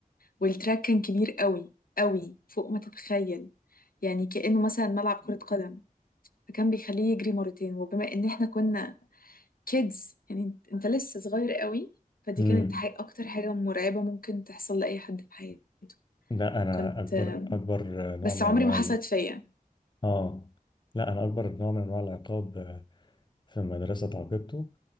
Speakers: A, on the left (about 75°); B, on the left (about 30°).
A: والتراك كان كبير قوي قوي فوق ما تتخيل يعني كأنه مثلا ملعب كرة قدم فكان بيخليه يجري مرتين وبما ان احنا كنا كيدز يعني انت انت لسه صغير قوي فدي
B: امم
A: كانت حي اكتر حاجة مرعبة ممكن تحصل لأي حد في حياته
B: لا انا
A: كنت
B: اكبر اكبر نوع
A: بس
B: من
A: عمري
B: انواع
A: ما حصلت فيا
B: اه لا انا اكبر نوع من انواع العقاب آه، في المدرسه اتعاقبته